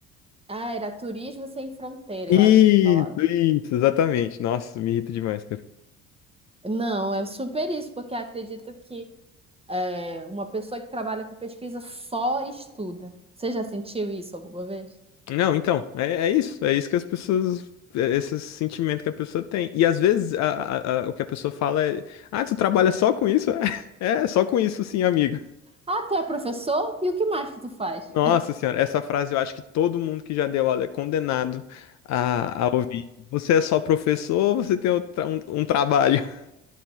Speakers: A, on the right; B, on the left.
A: Ah, era Turismo Sem Fronteira,
B: Isso,
A: eu acho que falava.
B: isso, exatamente. Nossa, me irrita demais, cara.
A: Não, é super isso, porque acredito que é, uma pessoa que trabalha com pesquisa só estuda. Você já sentiu isso alguma vez?
B: Não, então, é, é isso, é isso que as pessoas, é esse sentimento que a pessoa tem. E às vezes a- a- a- o que a pessoa fala é, ah, tu trabalha só com isso? <laughs> É, só com isso sim, amigo.
A: Ah, tu é professor? E o que mais que tu faz?
B: Nossa senhora, essa frase eu acho que todo mundo que já deu aula é condenado a, a ouvir. Você é só professor ou você tem outra- um, um trabalho? <laughs>